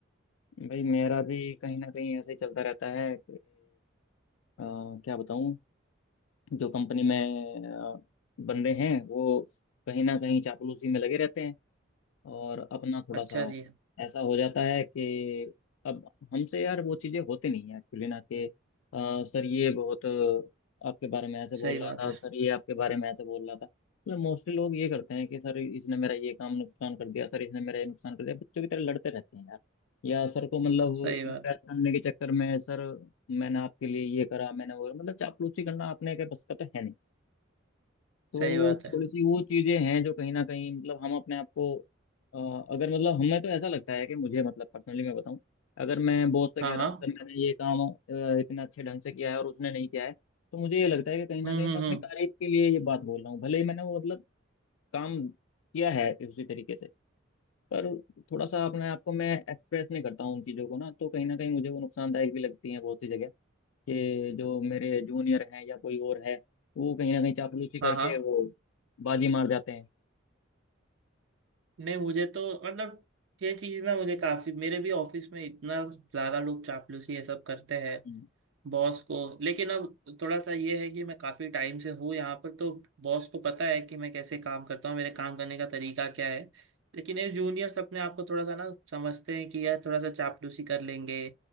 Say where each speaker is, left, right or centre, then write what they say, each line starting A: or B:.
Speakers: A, on the left; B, on the right.
A: भाई मेरा भी कहीं ना कहीं ऐसे ही चलता रहता है अ, क्या बताऊं जो कंपनी में अ, बंदे हैं वो कहीं ना कहीं चापलूसी में लगे रहते हैं और अपना थोड़ा
B: अच्छा
A: सा
B: जी हम्म,
A: ऐसा हो जाता है कि अब हमसे यार वो चीज़ें होती नहीं है एक्चुअली ना कि अ, सर ये बहुत आपके बारे में ऐसे बोल
B: सही बात
A: रहा था
B: है
A: सर ये आपके बारे में ऐसे बोल रहा था मतलब मोस्टली लोग ये करते हैं कि सर इसने मेरा ये काम नुकसान कर दिया सर इसने मेरा ये नुकसान कर दिया बच्चों की तरह लड़ते रहते हैं यार या सर को मतलब
B: सही बात
A: इम्प्रेस करने के चक्कर में सर मैंने आपके लिए ये करा मैंने वो मतलब चापलूसी करना अपने के बस का तो है नहीं तो
B: सही बात है
A: थोड़ी सी वो चीजें हैं जो कहीं ना कहीं मतलब हम अपने आप को अ, अगर मतलब हमें तो ऐसा लगता है कि मुझे मतलब पर्सनली मैं बताऊं अगर मैं बॉस से
B: हाँ
A: कह रहा
B: हाँ
A: हूँ सर मैंने ये काम अ, इतना अच्छे ढंग से किया है और उसने नहीं किया है तो मुझे ये लगता है कि कहीं ना
B: हम्म
A: कहीं
B: हम्म
A: मैं अपनी
B: हम्म
A: तारीफ के लिए ये बात बोल रहा हूँ भले ही मैंने वो मतलब काम किया है उसी तरीके से पर थोड़ा सा अपने आप को मैं एक्सप्रेस नहीं करता हूँ उन चीज़ों को ना तो कहीं ना कहीं मुझे वो नुकसानदायक भी लगती है बहुत सी जगह कि जो मेरे जूनियर हैं या कोई और है वो कहीं ना कहीं चापलूसी करके
B: हाँ हाँ
A: वो बाजी मार जाते हैं
B: नहीं मुझे तो मतलब ये चीज़ ना मुझे काफ़ी मेरे भी ऑफिस में इतना ज़्यादा लोग चापलूसी ये सब करते हैं
A: हम्म,
B: बॉस को लेकिन अब थोड़ा सा ये है कि मैं काफी टाइम से हूँ यहाँ पर तो बॉस को पता है कि मैं कैसे काम करता हूँ मेरे काम करने का तरीका क्या है लेकिन ये जूनियर्स अपने आप को थोड़ा सा ना समझते हैं कि यार थोड़ा सा चापलूसी कर लेंगे